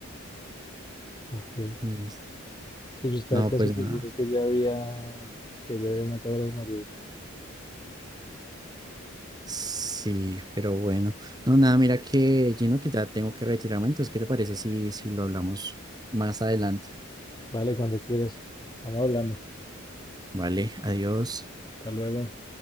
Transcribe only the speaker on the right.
Listo.
No,
pues
nada.
Sí, pero bueno. No, nada, mira que, Gino, que ya tengo que retirarme. Entonces, ¿qué te parece si, si lo hablamos más adelante?
Vale, adiós.